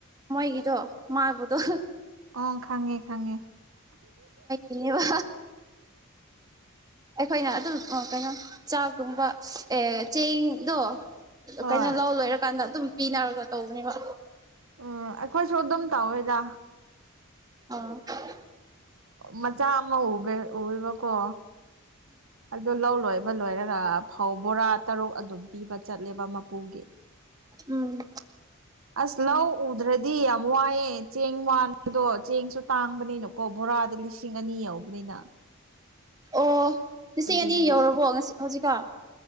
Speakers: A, on the right; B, on the right.
A: ꯃꯣꯏꯒꯤꯗꯣ ꯃꯥꯟꯕꯗꯣ
B: ꯑꯣ ꯈꯪꯉꯦ-ꯈꯪꯉꯦ
A: ꯑꯅꯦꯕ ꯑꯩꯈꯣꯏꯅ ꯑꯗꯨꯝ ꯀꯩꯅꯣ ꯆꯥꯒꯨꯝꯕ ꯑꯦ ꯆꯦꯡꯗꯣ
B: ꯍꯣꯏ
A: ꯀꯩꯅꯣ ꯂꯧ ꯂꯣꯏꯔꯀꯥꯟꯗ ꯑꯗꯨꯝ ꯄꯤꯅꯔꯒ ꯇꯧꯕꯅꯦꯕ
B: ꯎꯝ ꯑꯩꯈꯣꯏꯁꯨ ꯑꯗꯨꯝ ꯇꯧꯋꯦꯗ
A: ꯑ
B: ꯃꯆꯥ ꯑꯃ ꯎꯏꯕ-ꯎꯏꯕꯀꯣ ꯑꯗꯨ ꯂꯧ ꯂꯣꯏꯕ ꯂꯣꯏꯔꯒ ꯐꯧ ꯕꯣꯔꯥ ꯇꯔꯨꯛ ꯑꯗꯨꯝ ꯄꯤꯕ ꯆꯠꯂꯦꯕ ꯃꯄꯨꯒꯤ
A: ꯎꯝ
B: ꯑꯁ ꯂꯧ ꯎꯗ꯭ꯔꯗꯤ ꯌꯥꯝ ꯋꯥꯏꯑꯦ ꯆꯦꯡ ꯃꯥꯟꯕꯗꯣ ꯆꯦꯡꯁꯨ ꯇꯥꯡꯕꯅꯤꯅꯀꯣ ꯕꯣꯔꯥꯗ ꯂꯤꯁꯤꯡ ꯂꯤꯁꯤꯡ ꯑꯅꯤ ꯌꯥꯎꯕꯅꯤꯅ
A: ꯑꯣ ꯂꯤꯁꯤꯡ
B: ꯑꯗꯨꯒꯤ
A: ꯑꯅꯤ ꯌꯧꯔꯕꯣ ꯉꯁꯤ ꯍꯧꯖꯤꯛꯀ